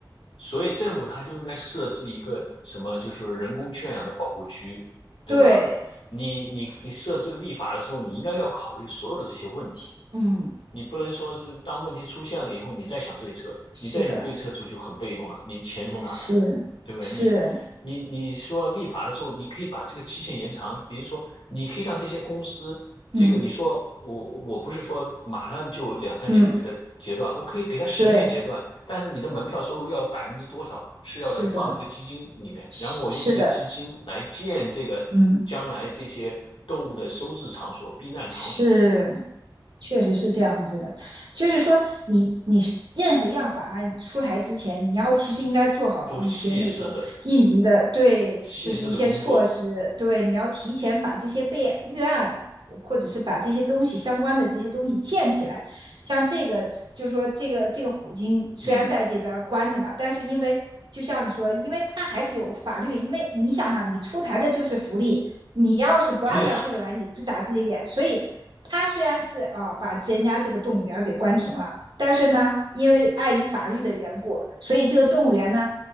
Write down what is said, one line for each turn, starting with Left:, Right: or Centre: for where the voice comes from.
Left: 所以政府它就应该设置一个什么，就是人工圈养的保护区，对吧？
Right: 对，
Left: 你你你设置个立法的时候，你应该要考虑所有的这些问题。
Right: 嗯，
Left: 你不能说是当问题出现了以后，你再想对策，
Right: 是的，
Left: 你再想对策的时候就很被动了，你钱从哪来呢？
Right: 是是，
Left: 对不对？你你你说立法的时候，你可以把这个期限延长，比如说你可以让这些公司，
Right: 嗯
Left: 这个你说我我不是说马上就两三年就给它截断，
Right: 嗯，
Left: 我可以给它十年截断，
Right: 对，
Left: 但是你的门票收入要百分之多少是要来放到这个基金里面，
Right: 是的，是是的，
Left: 然后我用这个基金来建这个将来这些动物的收治场所、
Right: 嗯
Left: 避难场所，
Right: 是。确实是这样子的，就是说你你任何样法案出台之前，你要其实应该做好一些那种应急的，
Left: 做细致的
Right: 对，
Left: 细致的工作，
Right: 就是一些措施，对，你要提前把这些备预案。或者是把这些东西相关的这些东西建起来，像这个，就是说这个这个虎鲸虽然在这边关着嘛，
Left: 嗯，
Right: 但是因为就像你说，因为它还是有法律，因为你想想，你出台的就是福利，你要是不按照这个来，
Left: 对呀，
Right: 你不是打自己脸，所以他虽然是啊、呃把人家这个动物园给关停了，但是呢，因为碍于法律的缘故，所以这个动物园呢，